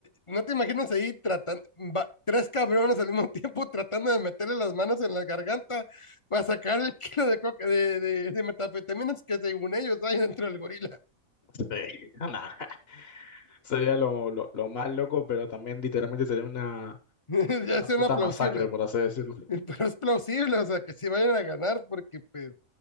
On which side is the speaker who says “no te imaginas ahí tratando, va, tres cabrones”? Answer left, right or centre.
Left